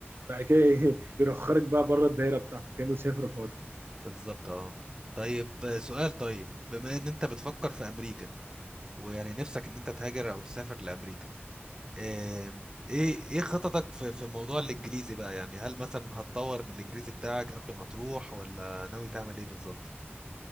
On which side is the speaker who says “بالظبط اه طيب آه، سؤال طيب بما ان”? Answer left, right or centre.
Right